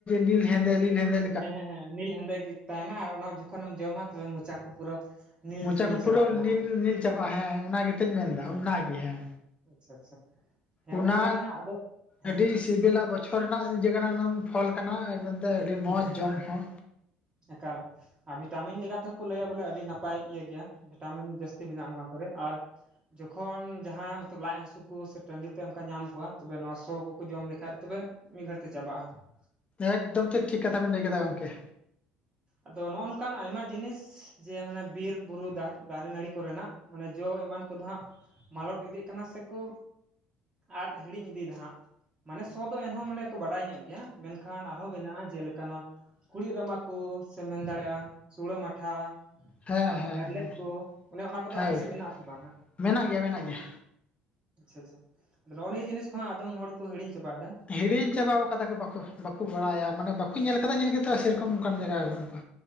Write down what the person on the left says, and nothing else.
ᱱᱤᱞ ᱦᱸᱫᱮ ᱱᱤᱞ ᱦᱸᱫᱮ
ᱢᱚᱪᱟ
ᱠᱚ
ᱯᱩᱨᱟᱹ
ᱱᱤᱞ-ᱱᱤᱞ
ᱪᱟᱵᱟᱜᱼᱟ ᱦᱮᱸ ᱚᱱᱟ ᱜᱮᱛᱚ ᱤᱧ ᱢᱮᱱᱫᱟ ᱚᱱᱟᱜᱮ ᱦᱮᱸ
ᱚᱱᱟ
ᱟᱹᱰᱤ
ᱥᱤᱵᱤᱞᱟ ᱵᱚᱪᱷᱚᱨ ᱨᱮᱱᱟᱜ ᱡ ᱠᱟᱱᱟ ᱚᱱᱟ ᱯᱷᱚᱞ ᱠᱟᱱᱟ ᱮᱠᱫᱚᱢ ᱛᱮ ᱟᱹᱰᱤ
ᱢᱚᱸᱡᱽ
ᱡᱚᱢ ᱦᱚᱸ
ᱮᱠᱫᱚᱢ ᱛᱚ ᱴᱷᱤᱠ ᱠᱟᱛᱷᱟ ᱵᱮᱱ ᱞᱟᱹᱭ ᱠᱮᱫᱟ ᱜᱚᱢᱠᱮ
ᱦᱮᱸ
ᱦᱮᱸ
ᱦᱮᱸ
ᱦᱳᱭ
ᱢᱮᱱᱟᱜ ᱜᱮᱭᱟ ᱢᱮᱱᱟᱜ ᱜᱮᱭᱟ
ᱦᱤᱲᱤᱧ ᱪᱟᱵᱟ ᱟᱠᱟᱫᱟ ᱵᱟ ᱵᱟᱠᱚ ᱵᱟᱲᱟᱭᱟ ᱢᱟᱱᱮ ᱵᱟᱠᱚ ᱧᱮᱞ ᱟᱠᱟᱫᱟ ᱧᱮᱞ ᱜᱮᱛᱚ ᱥᱮᱨᱚᱠᱚᱢ ᱚᱱᱟᱱ ᱡᱟᱭᱜᱟ ᱵᱩᱜᱼᱟ